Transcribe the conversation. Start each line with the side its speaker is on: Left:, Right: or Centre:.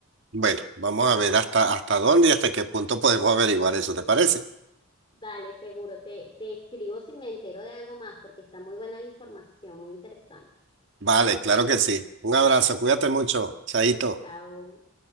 Right: Bueno, vamos a ver hasta, hasta dónde y hasta qué punto podemos averiguar eso, ¿te parece?
Left: Dale, seguro, te, te escribo si me entero de algo más, porque está muy buena la información, muy interesante.
Right: Vale, claro que sí. Un abrazo, cuídate mucho, Chaito.
Left: Chao.